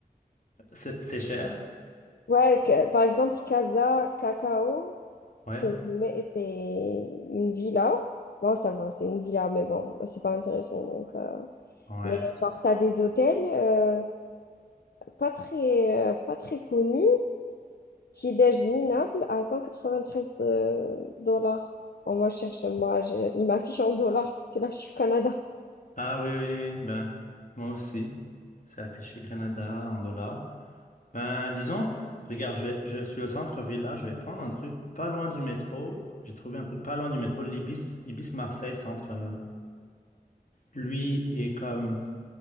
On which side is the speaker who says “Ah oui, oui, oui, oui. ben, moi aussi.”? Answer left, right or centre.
Left